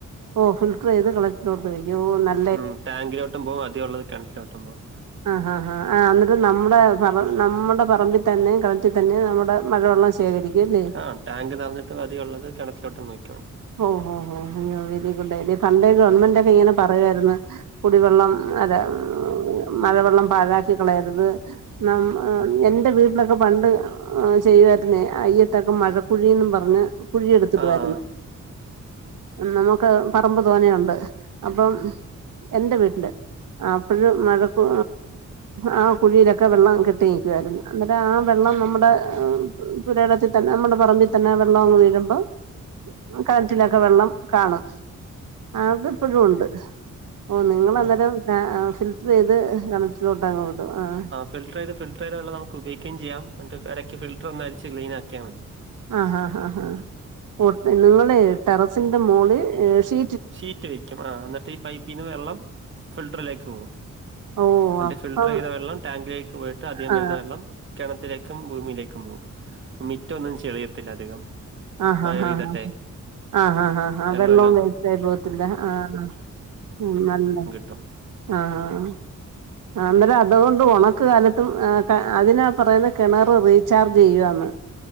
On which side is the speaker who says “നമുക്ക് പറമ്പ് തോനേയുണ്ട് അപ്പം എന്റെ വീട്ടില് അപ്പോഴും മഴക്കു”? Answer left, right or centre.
Right